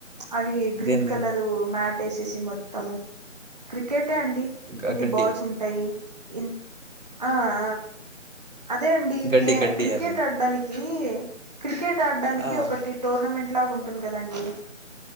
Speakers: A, on the right (about 30°); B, on the right (about 75°).
A: అవి గ్రీన్
B: దేన్ని
A: కలరు మ్యాట్ వేసేసి మొత్తం క్రికెటే అండి
B: గ
A: ఇన్ని
B: గడ్డి,
A: బాల్స్ ఉంటాయి ఇన్ ఆ ఆ అదే అండి
B: గడ్డి,
A: గే
B: గడ్డి
A: క్రికెట్
B: అది.
A: ఆడడానికి క్రికెట్ ఆడడానికి
B: ఆ!
A: ఒకటి టోర్నమెంట్ లాగా ఉంటుంది కదండి